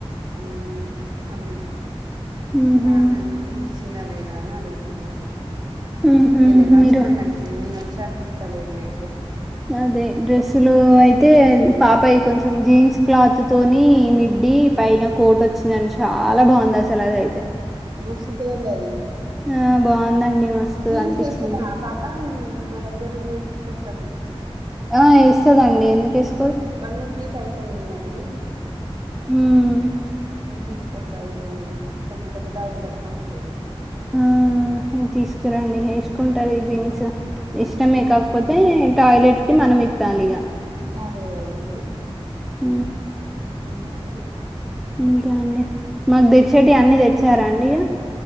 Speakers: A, on the right; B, in the centre.
A: ఉమ్ అవి
B: ఉహు
A: ఇస్తా అన్నది మరి చిందా లేదా అని అడుగుతున్నా
B: ఉహు
A: ఇయలే మర్చిపోయినట్
B: మీరు
A: ఉంది నేను వచ్ చాక ఇస్తలెండి అయి
B: అదే డ్రెస్సులు అయితే పాపయి కొంచెం జీన్స్ క్లాత్ తోని మిడ్డి పైన కోట్ వచ్చిందండి చాలా బాగుంది అసలు అదైతే
A: మస్తుంటదండీ అది
B: ఆ బాగుందండి మస్తు
A: జీన్స్
B: అనిపించింది
A: వేస్తదా పాప మ్ మా దగ్గర ఉన్నాయి తీసుకొస్తా నేను
B: ఆ ఎస్తదండి ఎందుకేస్
A: బన్ను కి టైట్ అయినాయి అవి
B: ఉమ్
A: తీసుకొస్తా అయితే మనీ కొంచెం పెద్ద బ్యాగ్ పట్టుకొని వత్త ఇగ
B: ఆ తీసుకురండి వేసుకుంటారు ఈ జీన్స్ ఇష్టమే
A: హ్మ్.
B: కాకపోతే టాయిలెట్ కి మనం ఇప్పాలి ఇక
A: అదే అదే
B: హ
A: మమి
B: ఇంకా అండి మాకు తెచ్చేటివి అన్నిీ తెచ్చారా అండి ఇక